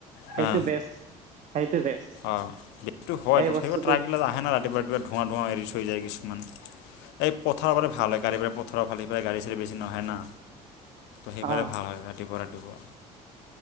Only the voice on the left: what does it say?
হা
অঁ, সেইটো হয়,
তথাপিও
ট্ৰাকবিলাক আহে না ৰাতিপুৱা, ৰাতিপুৱা ধোঁৱা ধোঁৱা এৰি থৈ যায় কিছুমান। এই পথাৰ হলে ভাল হয়, গাড়ী পথাৰৰ ভাল সিফালে গাড়ী চাড়ী বেছি নহয় না। সেইফালে
ভাল হয় ৰাতিপুৱা ৰাতিপুৱা।